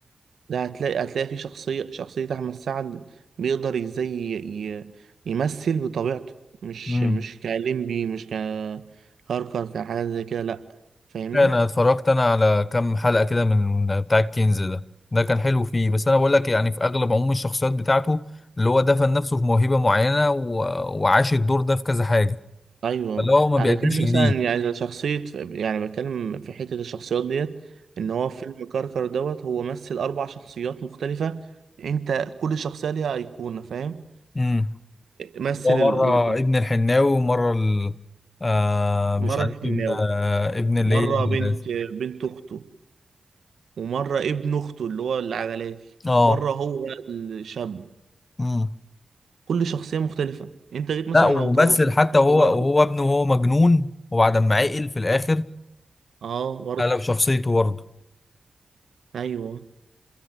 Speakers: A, on the right (about 75°); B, on the left (about 45°).
A: ده هتلاقي هتلاقي فيه شخصية شخصية احمد سعد بيقدر ازاي ي- ي- يمثل بطبيعته مش
B: امم
A: مش كليمبي مش ككركر كحاجة زي كده لا فاهمني
B: انا اتفرجت انا على كام حلقه كده من بتاع الكنز ده ده كان حلو فيه بس انا بقول لك يعني في اغلب عموم الشخصيات بتاعته اللي هو دفن نفسه في موهبه معينه و... وعاش الدور ده في كذا حاجه
A: ايوه
B: فاللي هو ما
A: انا
B: بيقدمش
A: بتكلم
B: جديد
A: مثلا يعني شخصيه يعني بتكلم في حته الشخصيات ديت ان هو فيلم كركر دوت هو مثل اربع شخصيات مختلفه انت كل شخصيه ليها ايقونه فاهم
B: امم
A: مثل
B: هو
A: ال-
B: مرة ابن الحناوي ومرة ال... آه مش
A: مره
B: عارف
A: الحناوي
B: ابن آه ابن اللي
A: مره
B: هي ال-
A: بنت بنت اخته ومره ابن اخته اللي هو العجلاتي
B: اه
A: ومره هو الشاب
B: امم
A: كل شخصيه مختلفه انت جيت مثلا
B: لا ومثل
A: لو طب لو
B: حتى
A: تبص
B: وهو
A: دلوقتي
B: وهو ابنه وهو مجنون وبعد ما عقل في الآخر
A: اه برضه
B: قلب شخصيته برضه
A: ايوه